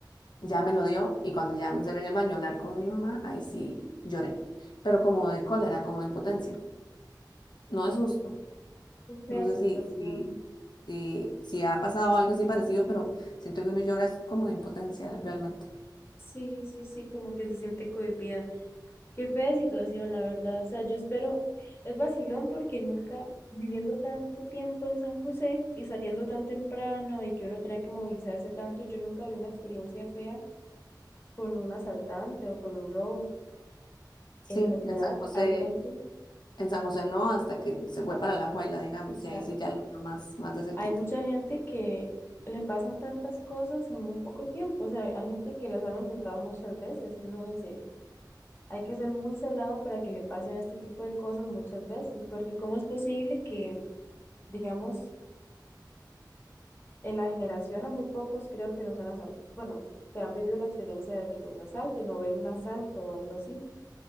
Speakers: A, on the left; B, on the left.
A: ya me lo dio y cuando ya me encerré en el baño a hablar con mi mamá, ahí sí lloré, pero como de cólera, como de impotencia, no de susto.
B: qué fea
A: No sé
B: situación.
A: si, si, si, si ha pasado algo así parecido, pero siento que uno llora es como de impotencia realmente.
B: Sí, sí, sí, como que se siente cohibida. Qué fea situación, la verdad. O sea, yo espero, es vacilón porque nunca viviendo tanto tiempo en San José y saliendo tan temprano y que uno tenía que movilizarse tanto, yo nunca vi una experiencia fea con un asaltante o con un robo.
A: Sí,
B: En realidad
A: en San José,
B: hay gente,
A: en San José no, hasta que se fue para La Juela, digamos,
B: exacto,
A: y ahí sí ya lo vio más, más de cerquita.
B: hay mucha gente que le pasan tantas cosas en muy poco tiempo. O sea, hay gente que las han asaltado muchas veces y uno dice, hay que ser muy salado para que le pasen este tipo de cosas muchas veces, porque ¿cómo es posible que, digamos, En la generación a muy pocos creo que nos han asaltado, bueno, que han vivido la experiencia de que los asalten o ver un asalto o algo así.